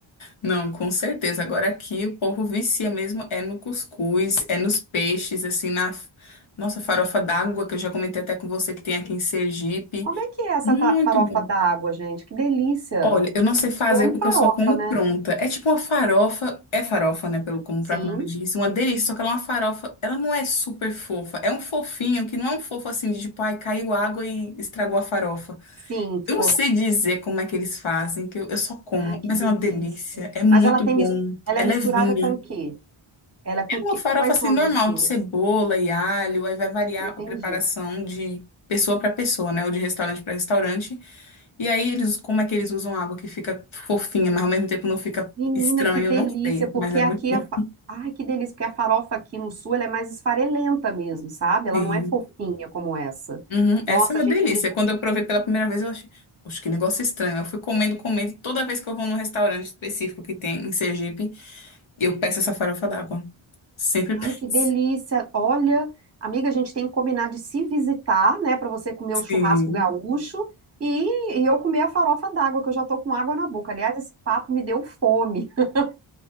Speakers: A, on the left; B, on the right.
A: Não, com certeza. Agora aqui o povo vicia mesmo é no cuscuz, é nos peixes, assim, na nossa farofa d'água, que eu já comentei até com você que tem aqui em Sergipe.
B: Como é que é essa
A: Muito
B: ta- farofa
A: bom.
B: d'água, gente? Que delícia!
A: Olha, eu não sei fazer
B: Eu amo
A: porque
B: farofa,
A: eu só como
B: né?
A: pronta. É tipo uma farofa, é farofa, né? Pelo como
B: Sim,
A: o próprio nome diz, uma delícia. Só que ela é uma farofa, ela não é super fofa. É um fofinho que não é um fofo assim de tipo, ai, caiu água e estragou a farofa.
B: sim, ficou.
A: Eu não sei dizer como é que eles fazem, que eu, eu só como,
B: Ai, que
A: mas
B: delícia!
A: é uma delícia. É muito
B: Mas ela tem,
A: bom.
B: mis- ela
A: É
B: é misturada
A: levinha.
B: com o quê? Ela é com
A: É
B: o
A: uma
B: quê?
A: farofa
B: Quais
A: assim
B: são as
A: normal,
B: misturas?
A: de cebola e alho, aí vai variar
B: Entendi.
A: a preparação de pessoa para pessoa, né? Ou de restaurante para restaurante. E aí eles, como é que eles usam água que fica fofinha, mas ao mesmo tempo não fica
B: Menina,
A: estranho,
B: que delícia!
A: eu não sei,
B: Porque
A: mas é
B: aqui
A: muito bom.
B: a fa... Ai, que delícia! Porque a farofa aqui no sul ela é mais esfarelenta mesmo, sabe? Ela
A: Sim.
B: não é fofinha como essa.
A: Uhum,
B: Nossa,
A: Essa é uma
B: a gente
A: delícia. Quando eu provei pela primeira vez, eu achei, poxa, que negócio estranho. Eu fui comendo, comendo, toda vez que eu vou num restaurante específico que tem em Sergipe, eu peço essa farofa d'água. Sempre <laughs>
B: Ai,
A: peço.
B: que delícia! Olha, amiga, a gente tem que combinar de se visitar, né, para você comer o churrasco
A: Sim,
B: gaúcho e, e eu comer a farofa d'água, que eu já tô com água na boca. Aliás, esse papo me deu fome. <laughs>